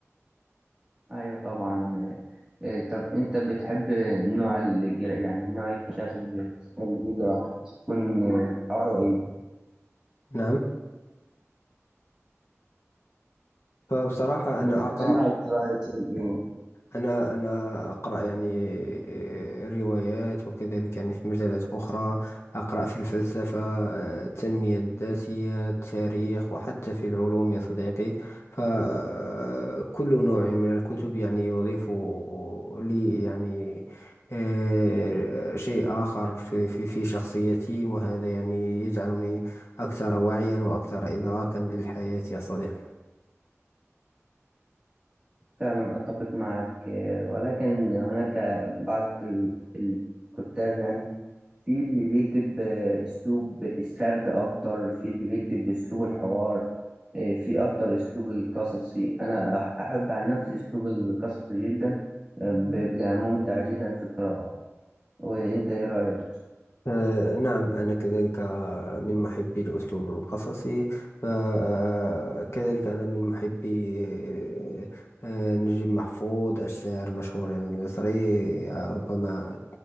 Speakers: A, on the right; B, on the left.
A: أيوة طبعا آه، طب أنت بتحب نوع القراءة يعني نوع الكتاب اللي اللي بيقرأ يكون آه، حواره إيه؟
B: نعم فبصراحة
A: بتحب
B: أنا أقرأ
A: نوع القراءة يكون إيه؟
B: أنا أنا أقرأ يعني آه، روايات وكذلك يعني في مجالات أخرى أقرأ في الفلسفة آه، التنمية الذاتية التاريخ وحتى في العلوم يا صديقي فكل نوع من الكتب يعني يضيف لي يعني آه، شيء آخر في في في شخصيتي وهذا يعني يجعلني أكثر وعيا وأكثر إدراكا للحياة يا صديقي
A: فعلا أتفق معك آه، ولكن هناك بعض ال- الكتاب يعني في اللي بيكتب آه، أسلوب السرد أكتر في اللي بيكتب أسلوب الحوار آه، في أكتر أسلوب القصصي أنا أح- أحب عن نفسي أسلوب القصصي جدا آه، بيبقى ممتع جدا في القراءة وأنت إيه رأيك؟
B: آه، نعم أنا كذلك من محبي الأسلوب القصصي فكذلك أنا من محبي آه، آه، نجيب محفوظ الشاعر المشهور يعني المصري آه، ربما